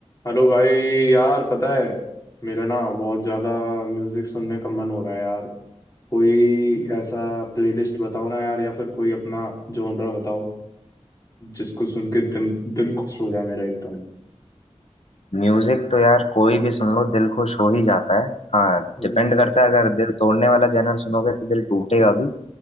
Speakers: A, on the left; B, on the left.
A: Hello भाई यार पता है मेरा ना बहुत ज़्यादा म्यूज़िक सुनने का मन हो रहा है यार कोई ऐसा प्लेलिस्ट बताओ ना यार या फिर कोई अपना जॉनरा बताओ जिसको सुन के दिल दिल खुश हो जाए मेरा एकदम
B: Music तो यार कोई भी सुन लो दिल खुश हो ही जाता है हाँ
A: हम्म,
B: डिपेंड करता है अगर दिल तोड़ने वाला जनर सुनोगे तो दिल टूटेगा भी